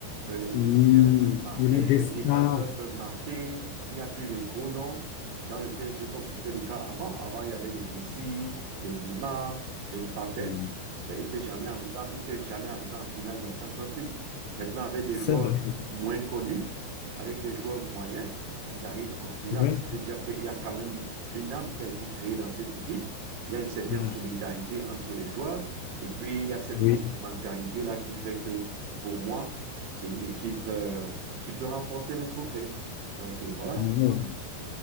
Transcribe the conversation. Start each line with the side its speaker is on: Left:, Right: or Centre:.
Right: euh, les milieux
Left: Oui,
Right: de terrain peuvent marquer,
Left: il a des
Right: les
Left: stars.
Right: défenseurs peuvent marquer. Il n'y a plus de gros noms dans le PSG comme c'était le cas avant. Avant, il y avait les Messi, les Neymar, les Mbappé.
Left: Oui,
Right: Ben, ils n'étaient jamais arrivés, ils n'étaient jamais arrivés en finale de la Champions League. Maintenant, avec des
Left: c'est
Right: joueurs
Left: vrai.
Right: moins connus, avec des joueurs moyens, ils arrivent en finale.
Left: Oui,
Right: Ça veut dire qu'il y a quand même une âme qui a été créée dans cette équipe. Il y a une certaine
Left: Ah,
Right: solidarité entre les joueurs. Et puis, il y a cette
Left: oui.
Right: complémentarité-là qui fait que, pour moi, c'est une équipe euh, qui peut remporter le trophée. Donc, euh, voilà.
Left: Oh, wow.